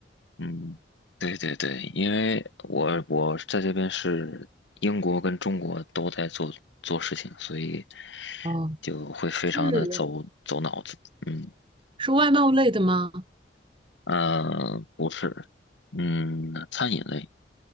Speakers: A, on the left; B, on the right.
A: 嗯对对对，因为我我在这边是英国跟中国都在做做事情，所以
B: 哦，
A: 就会非常的走走脑子。
B: 是
A: 嗯，
B: 是外贸类的吗？
A: 呃，不是，嗯，餐饮类。